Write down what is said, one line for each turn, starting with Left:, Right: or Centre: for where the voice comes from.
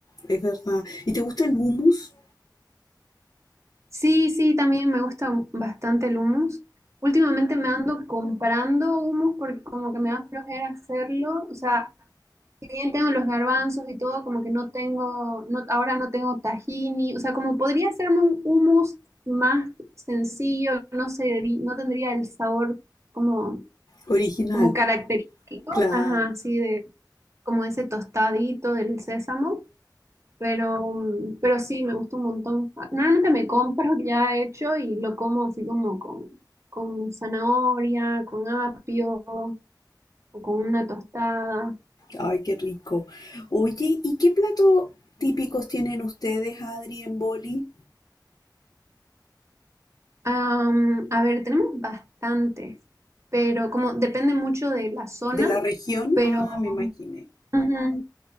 Left: es verdad. ¿Y te gusta el hummus
Right: Sí, sí, también me gusta bastante el hummus. Últimamente me ando comprando hummus porque como que me da flojera hacerlo. O sea, si bien tengo los garbanzos y todo, como que no tengo, no, ahora no tengo tahini. O sea, como podría hacerme un hummus más sencillo, no sé, no tendría el sabor como,
Left: original?
Right: como característico,
Left: Claro.
Right: ajá, sí, de, como ese tostadito del sésamo. Pero, mm, pero sí, me gusta un montón. Ah, Normalmente me compro <laughs> ya hecho y lo como así como con, con zanahoria, con apio o con una tostada.
Left: Ay, qué rico. Oye, ¿y qué platos típicos tienen ustedes, Adri, en Boli?
Right: Am, a ver, tenemos bastantes, pero como depende mucho de la zona,
Left: ¿De la región?
Right: pero
Left: Ah, me imaginé.
Right: ujú,